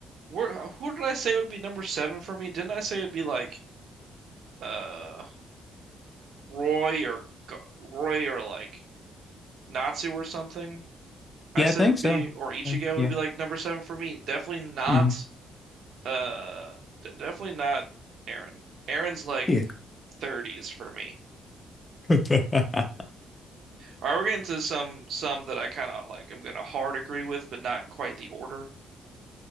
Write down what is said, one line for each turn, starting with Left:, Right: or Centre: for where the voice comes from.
Right: Where, who did I say would be number seven for me? Didn't I say it'd be like uh Roy or Go- Roy or like Natsu or something? I
Left: Yeah,
Right: said
Left: I think
Right: would
Left: so.
Right: be, or Ichigo
Left: Uh, yeah.
Right: would be like number seven for me. Definitely not,
Left: hmm
Right: uh, d- definitely not Aaron. Aaron's like
Left: Yeah.
Right: 30s for me.
Left: <laughs> hmm
Right: All right, we're getting to some some that I kind of like. I'm gonna hard agree with, but not quite the order.